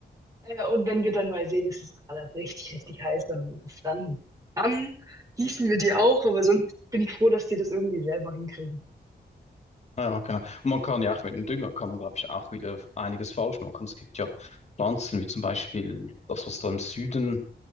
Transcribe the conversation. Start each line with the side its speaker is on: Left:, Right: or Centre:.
Right: Äh, und wenn wir dann mal sehen, es ist gerade richtig, richtig heiß, dann, dann, dann gießen wir die auch. Aber sonst bin ich froh, dass die das irgendwie selber hinkriegen.
Left: Ah Ja, genau. Und man kann ja auch mit dem Dünger, kann man, glaube ich, auch wieder einiges falsch machen. Es gibt ja Pflanzen, wie zum Beispiel das, was da im Süden